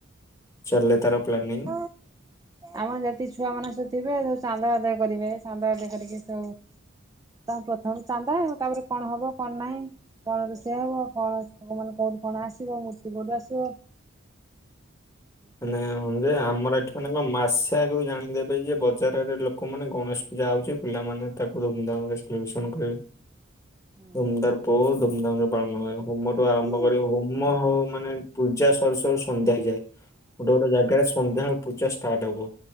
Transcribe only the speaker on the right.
<unintelligible>
ଆମର ଯେତିକି ଛୁଆ ମାନେ ସବୁ ଥିବେ, ସବୁ ଚାନ୍ଦା ଆଦାୟ କରିବେ। ଚାନ୍ଦା ଆଦାୟ କରିକି ସବୁ ତା ପ୍ରଥମେ ଚାନ୍ଦା ତାପରେ କଣ ହବ କଣ ନାହିଁ କଣ ରୋଷେଇ ହବ, କଣ ମାନେ କୋଉଠୁ କଣ ଆସିବ, ମୂର୍ତ୍ତି କୋଉଠୁ ଆସିବ? କରିକି
ଇଏ
କରନ୍ତି।
ହୁଁ।